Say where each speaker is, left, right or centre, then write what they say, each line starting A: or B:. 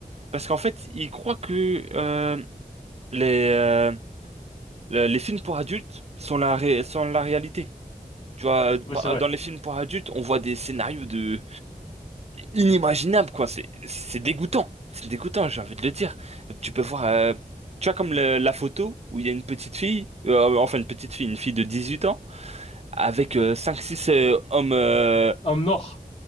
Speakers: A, on the right; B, on the left.
A: Parce qu'en fait, ils croient que euh, les, euh, le- les films pour adultes sont la, ré- sont la réalité. Tu vois,
B: oui,
A: par-
B: c'est vrai.
A: dans les films pour adultes, on voit des scénarios de inimaginable, quoi. C'est, c'est dégoûtant. C'est dégoûtant, j'ai envie de le dire. Tu peux voir, euh, tu vois, comme le- la photo où il y a une petite fille, euh, enfin une petite fille, une fille de 18 ans, avec euh, cinq six euh, hommes, euh,
B: Homme noir.